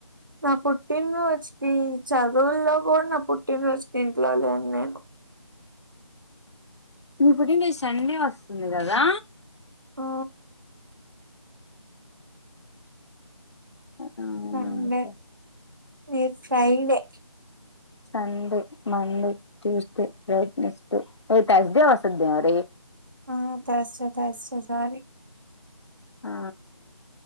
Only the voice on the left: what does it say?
నీ పుట్టిన్రోజ్ సండే వస్తుంది కదా!
ఆ
ఓకే
Sunday, Monday Tuesday, Wednesday ఏ థాస్డే వస్తుంది మరి
ఆ